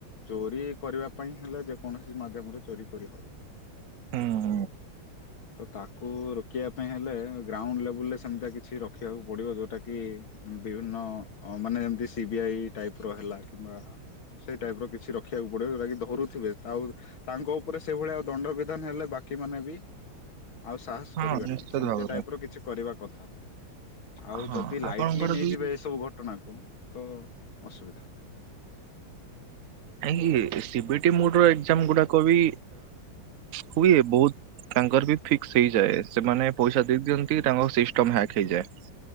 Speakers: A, on the left; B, on the right.
A: ଚୋରି କରିବା ପାଇଁ ହେଲେ ଯେକୌଣସି ମାଧ୍ୟମରେ ଚୋରି କରିହବ।
B: ହୁଁ।
A: ତ ତାଙ୍କୁ ରୋକିବା ପାଇଁ ହେଲେ ଗ୍ରାଉଣ୍ଡ୍ ଲେବୁଲ୍ ରେ ସେମିତି କିଛି ରଖିବାକୁ ପଡିବ ଯୋଉଟା କିି ବିଭିନ୍ନ ମାନେ ଏମିତି ସିବିଆଇ ଟାଇପ୍ ର ହେଲାନି। ସେଇ ଟାଇପ୍ ର କିଛି ରଖିବାକୁ ପଡିବ ଯଉଟାକି ଧରୁଥିବେ ଆଉ ତାଙ୍କ ଉପରେ ସେଇଭଳିଆ ଆଉ ଦଣ୍ଡବିଧାନ ହେଲେ ବାକି ମାନେ ବି ଆଉ ସାହସ
B: ହଁ
A: କରିବେ
B: ନିଶ୍ଚିତ
A: ନାହିଁ ସେମିତି
B: ଭାବରେ
A: ଟାଇପ୍ ର କିଛି କରିବା କଥା ଆଉ
B: ହଁ
A: ଯଦି ଲାଇଟ୍
B: ଆପଣଙ୍କର
A: ଲି ନେଇଯିବେ
B: ବି
A: ଏଇ ସବୁ ଘଟଣାକୁ ତ ଅସୁବିଧା।
B: ହୁଁ ଆ ସିବିଟି ମୋଡ଼ ର ଏକ୍ଜାମ ଗୁଡାକ ବି ହୁଏ ବହୁତ୍ ତାଙ୍କର ବି ଫିକ୍ସ୍ ହେଇଯାଏ ସେମାନେ ପଇସା ଦେଇ ଦିଅନ୍ତି ତାଙ୍କ ସିଷ୍ଟମ୍ ହ୍ୟାକ୍ ହେଇଯାଏ।